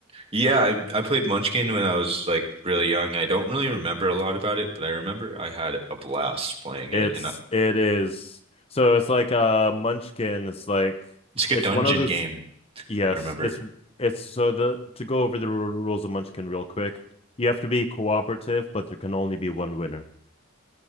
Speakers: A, on the right; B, on the left.
A: Yeah, I I played Munchkin when I was like really young. I don't really remember a lot about it, but I remember I had a blast playing
B: It's
A: it and I,
B: it is so it's like a Munchkin. It's like
A: it's like
B: it's
A: a dungeon
B: one of those.
A: game,
B: Yes,
A: I remember.
B: it's it's so the to go over the ru- rules of Munchkin real quick. You have to be cooperative, but there can only be one winner.